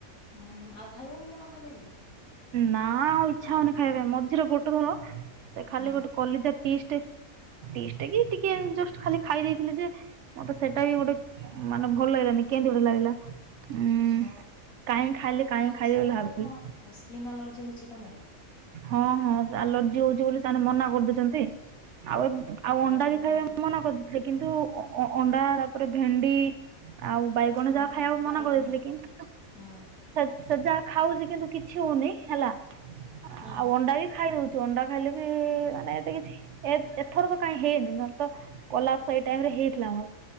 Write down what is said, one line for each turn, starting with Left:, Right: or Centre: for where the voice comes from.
Left: ହୁଁ ଆଉ ଖାଇବନି ଜମା କେବେ ବି?
Right: ନା ଆଉ ଇଚ୍ଛା ହଉନି ଖାଇବା ପାଇଁ ମଝିରେ ଗୋଟେ ଘର ସେ ଖାଲି
Left: ହୁଁ
Right: ଗୋଟେ। କଲିଜା ପି ପିସ୍ ଟ କି ଟିକେ ଜ ଖାଲି ଖାଇ ଦେଇଥିଲେ ଯେ ମତେ ସେଇଟା ବି ଗୋଟେ ମାନେ ଭଲ ଲାଗିଲାନି କେମତି ଗୋଟେ ଲାଗିଲା। ହୁଁ
Left: ଓହୋ
Right: କାହିଁ ଖାଇଲେ
Left: ମାନେ
Right: କାହିଁ
Left: ଖାଇସାରିଲା
Right: ଖାଇଲେ ବୋଲି ଭାବିଲି।
Left: ପରେ କଣ ସ୍କିନ୍ ଆଲର୍ଜି ହଉଛି ତମକୁ?
Right: ହଁ ହଁ ଆଲର୍ଜି ହଉଛି ବୋଲି ସେମାନେ ମନା କରିଦେଇଛନ୍ତି ଆଉ ଏ। ଆଉ ଅଣ୍ଡା
Left: ଓହୋ
Right: ବି ଖାଇବା
Left: ହୋ
Right: ପାଇଁ
Left: ଖା
Right: ମନା କରିଦଥିଲେ କିନ୍ତୁ ଅ ଅ ଅଣ୍ଡା ତାପରେ ଭେଣ୍ଡି ଆଉ ବାଇଗ
Left: ହଁ
Right: ଣ ଯାହା ଖାଇବାକୁ
Left: ବାଇଗଣ
Right: ମନା କରିଦେଇଥିଲେ କିନ୍ତୁ
Left: ହୁଁ
Right: ସେ ସେ ଯାହା ଖାଉଛି କିନ୍ତୁ କିଛି ହଉନି ହେଲା
Left: ହୁଁ
Right: ଆଉ ଅଣ୍ଡା ବି ଖାଇ ଦଉଛୁ ଅଣ୍ଡା ଖାଇଲେ ବି ମାନେ ଏତେ କିଛି ଏଥର ତ କାଇହିଁ ହେଇନି ନହେଲେ ତ କଲା ସେଇ
Left: ହଁ
Right: ଟାଇମ ରେ ହେଇଥିଲା ମୋର